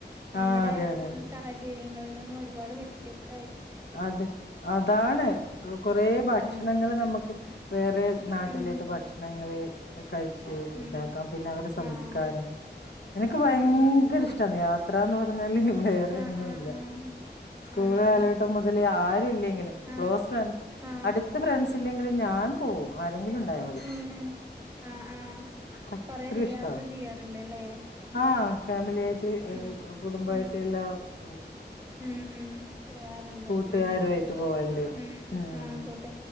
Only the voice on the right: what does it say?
നമ്മുടെ
സാഹചര്യങ്ങളിൽ നിന്നും ഒരുപാട് വ്യത്യസ്ത
ഉം
ഉം
ഉം
ആഹ്
ഉം അതെ
ആഹ്
ആഹ്
ആഹ്
ആഹ് ആഹ്
ആഹ്
ഉം ഉം ആഹ് ആഹ്
കൊറെ
യാത്ര ചെയ്യാറുണ്ട് അല്ലേ
ഉം
ഉം
ഉം ഉം പോവാറുണ്ട്
ഉം
ഉം
ആഹ് കൂട്ടെ